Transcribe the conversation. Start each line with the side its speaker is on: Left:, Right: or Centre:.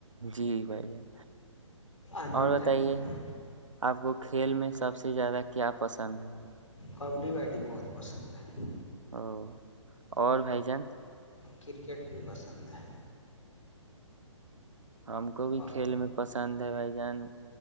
Right: جی بھائی جان
Left: آنند
Right: اور بتائیے
Left: ہے پورا
Right: آپ کو کھیل میں سب سے زیادہ کیا پسند ہے
Left: کبڈی بڈی بہت پسند ہے
Right: او اور بھائی جان
Left: کرکٹ بھی پسند ہے
Right: ہم کو بھی
Left: اور
Right: کھیل میں پسند ہے بھائی جان